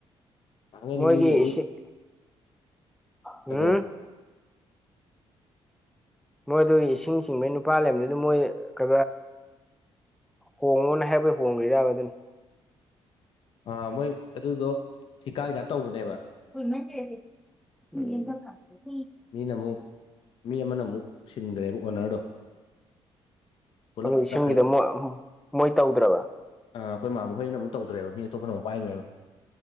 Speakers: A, on the left; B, in the centre.
A: ꯊꯥꯡ ꯑꯩꯅ
B: ꯃꯣꯏꯒꯤ
A: ꯃꯤ ꯂꯩꯕꯤ
B: ꯏꯁꯤꯡ
A: ꯀꯩꯗꯧꯕ
B: ꯎꯝ ꯃꯣꯏ ꯑꯗꯨꯒꯤ ꯏꯁꯤꯡ ꯆꯤꯡꯕꯩ ꯅꯨꯄꯥ ꯂꯩꯕꯗꯨꯗ ꯃꯣꯏ ꯀ ꯍꯣꯡꯉꯣꯅ ꯍꯥꯏꯕꯩ ꯍꯣꯡꯒ꯭ꯔꯥꯒ ꯑꯗꯨꯅꯤ
A: ꯑ ꯃꯣꯏ ꯑꯗꯨꯗꯣ ꯊꯤꯀꯥꯏꯗ ꯇꯧꯕꯅꯦꯕ
B: ꯍꯣꯏꯃꯦꯟ꯭ꯔꯦꯁꯤ ꯁꯤ <inaudible>
A: ꯃꯤꯅ ꯑꯃꯨꯛ ꯃꯤ ꯑꯃꯅ ꯑꯃꯨꯛ ꯁꯤꯟꯈ꯭ꯔꯦꯕ ꯑꯣꯅꯔꯗꯣ ꯄꯨꯂꯞ
B: ꯑꯗꯨ ꯏꯁꯤꯡꯒꯤꯗ
A: ꯆꯠꯈ꯭ꯔꯦ
B: ꯃꯣꯏ ꯃꯣꯏ ꯇꯧꯗ꯭ꯔꯕ
A: ꯑꯈꯣꯏ ꯃꯥ ꯃꯈꯣꯏꯅ ꯑꯃꯨ ꯇꯧ꯭ꯔꯦꯕ ꯃꯤ ꯑꯇꯣꯞꯄꯅ ꯑꯃꯨꯛ ꯈ꯭ꯔꯦꯕ